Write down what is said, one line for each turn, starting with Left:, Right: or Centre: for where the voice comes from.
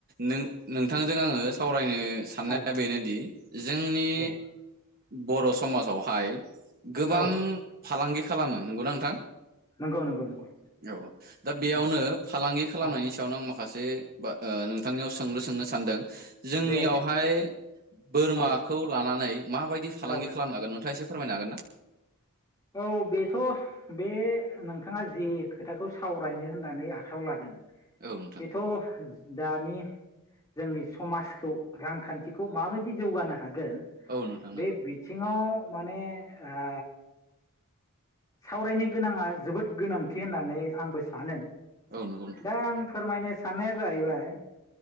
Right: नों नोंथांजों
Left: दे
Right: आङो सावरायनो साननाया
Left: औ
Right: बेनोदि जोंनि
Left: दे
Right: बर' समाजावहाय गोबां
Left: औ
Right: फालांगि खालामो नंगौना नोंथां?
Left: नंगौ नंगौ नंगौ
Right: औ दा बेयावनो
Left: औ
Right: फालांगि खालामनायनि
Left: औ
Right: सायावनो आं माखा माखासे नोंथांनियाव सोंलु सोंनो सानदों। जोंनियावहाय
Left: दे दे
Right: बोरमाखौ
Left: औ
Right: लानानै माबायदि फालांगि
Left: औ
Right: खालामन हागोन नोंथाङा एसे फोरमायनो हागोन ना?
Left: औ बेथ' बे नोंथाङा जे खोथाखौ सावरायनो होननानै आखायाव लादों।
Right: औ नोंथां
Left: बेथ' दानि जोंनि समाजखौ रांखान्थिखौ माबायदि जौगानो हा गोन
Right: औ नोंथां नंगौ
Left: बे बिथिङाव माने ओ सावरायनो गोनाङा जोबोद गोनांथि होननानै आंबो सानो
Right: औ नंगौ नोंथां
Left: दा आं फोरमायनो साननाया जाहैबाय